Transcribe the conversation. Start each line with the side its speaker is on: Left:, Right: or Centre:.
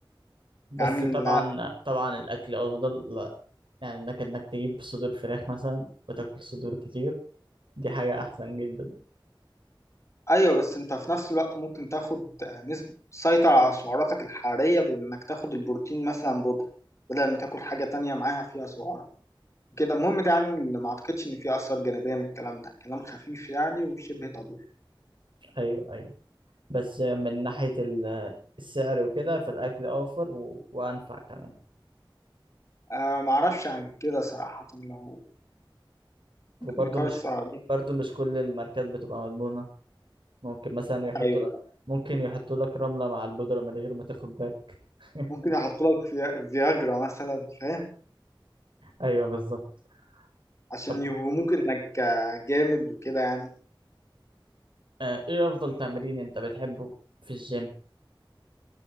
Right: بس
Left: يعني
Right: طبعا طبعا الاكل افضل لا يعني انك انك تجيب صدور فراخ مثلا وتاكل صدور كتير دي حاجة احسن جدا
Left: ايوه بس انت في نفس الوقت ممكن تاخد نسبة تسيطر على سعراتك الحرارية بانك تاخد البروتين مثلا بودرة بدل ما تاكل حاجة تانية معاها فيها سعرات كده المهم ده يعني اللي ما اعتقدش ان فيه اثار جانبية من الكلام ده كلام خفيف يعني وشبه طبيعي
Right: ايوه ايوه بس من ناحية ال- السعر وكده فالاكل اوفر و... وانفع كمان
Left: آه ما اعرفش عن كده صراحة لو ممكن
Right: وبرضه
Left: نقارس
Right: مش
Left: عليه
Right: برضه مش كل الماركات بتبقى مضمونة ممكن مثلا يحطوا
Left: ايوه
Right: لك ممكن يحطوا لك رملة مع البودرة من غير ما تاخد بالك <laughs>
Left: ممكن يحط لك فيا- فياجرا مثلا فاهم
Right: ايوه بالظبط
Left: عشان
Right: طب
Left: يوهموك انك آه، جامد وكده يعني
Right: آه، ايه افضل تمرين انت بتحبه في الجيم